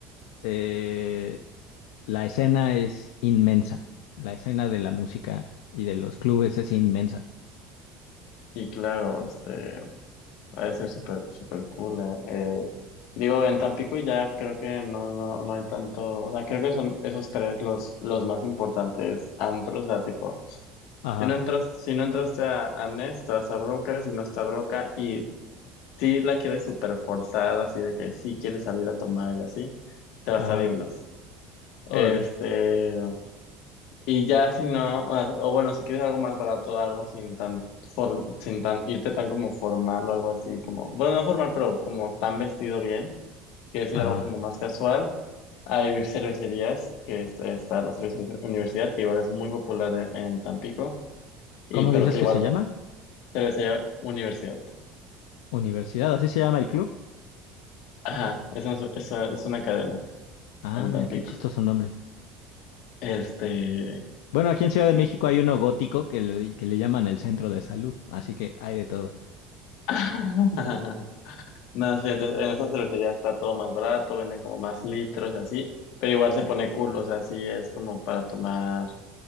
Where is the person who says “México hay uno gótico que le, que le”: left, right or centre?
Left